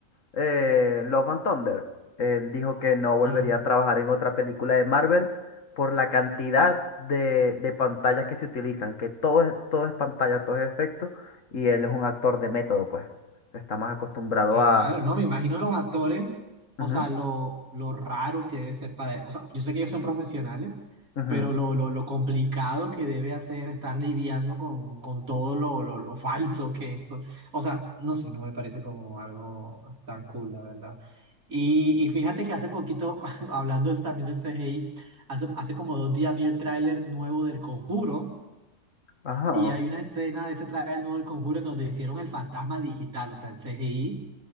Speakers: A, on the left (about 65°); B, on the right (about 90°).
A: eh, Love and Thunder, él dijo que no volvería
B: Ajá.
A: a trabajar en otra película de Marvel por la cantidad de, de pantallas que se utilizan, que todo es, todo es pantalla, todo es efecto, y él es un actor de método, pues. Está más acostumbrado
B: Claro,
A: a...
B: no, me imagino los actores, o
A: Ujú,
B: sea, lo, lo raro que debe ser para ellos. O sea, yo sé que ellos son profesionales,
A: ujú,
B: pero lo, lo, lo complicado que debe hacer estar lidiando con, con todo lo, lo, lo falso que es. O sea, no sé, no me parece como algo tan cool, la verdad. Y, y fíjate que hace poquito, <laughs> hablando es también del CGI, hace, hace como dos días vi el tráiler nuevo del Conjuro.
A: ajá,
B: Y hay una escena de ese tráiler nuevo del Conjuro en donde hicieron el fantasma digital, o sea, el CGI